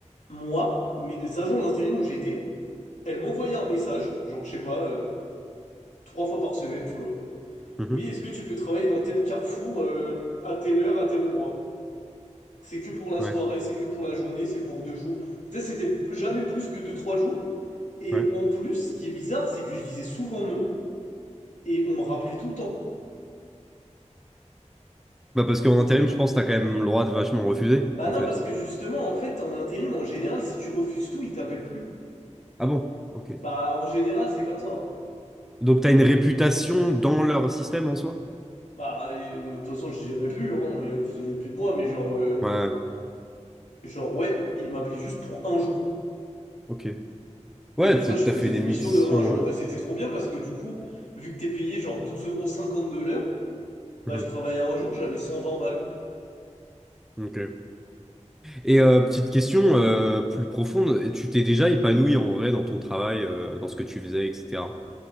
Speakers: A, on the left (about 75°); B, in the centre.
A: moi, mais les agents d'intérim où j'étais, elles m'envoyaient un message, genre, je sais pas, euh, trois fois par semaine, tu vois.
B: Mhm,
A: Oui, est-ce que tu peux travailler dans tel carrefour, euh, à telle heure, à tel endroit? C'est que pour la
B: Ouais,
A: soirée, c'est que pour la journée, c'est pour deux jours. Peut-être c'était jamais plus que deux, trois jours. Et
B: ouais.
A: en plus, ce qui est bizarre, c'est que je disais souvent non, et on me rappelait tout le temps.
B: Bah parce qu'en intérim, je pense que t'as quand même le droit de vachement refuser,
A: Bah non,
B: en fait.
A: parce que justement, en fait, en intérim, en général, si tu refuses tout, ils t'appellent plus.
B: Ah bon? Ok.
A: Bah, en général, c'est comme ça, hein.
B: Donc t'as une réputation dans leur système en soi?
A: Bah, euh, de toute façon, je dirais plus, hein, euh, ils se souviennent plus de moi, mais genre, euh,
B: Ouais,
A: Genre, ouais, il m'appelait juste pour un jour.
B: ok. Ouais,
A: Et des fois,
B: t-
A: je
B: t'as
A: faisais
B: fait des
A: des
B: missions.
A: missions de un jour.
B: euh,
A: Et c'était trop bien parce que du coup, vu que t'es payé genre douze euros cinquante de l'heure, bah
B: mhm,
A: je travaillais un jour, j'avais cent vingt balles.
B: Ok. Et euh, petite question euh, plus profonde, et tu t'es déjà épanoui en vrai dans ton travail, euh, dans ce que tu faisais, etc.